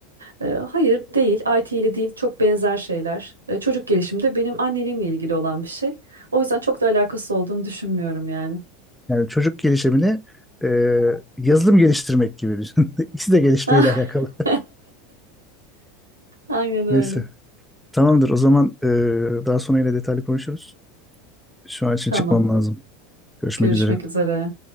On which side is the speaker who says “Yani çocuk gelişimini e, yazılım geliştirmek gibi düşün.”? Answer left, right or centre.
Centre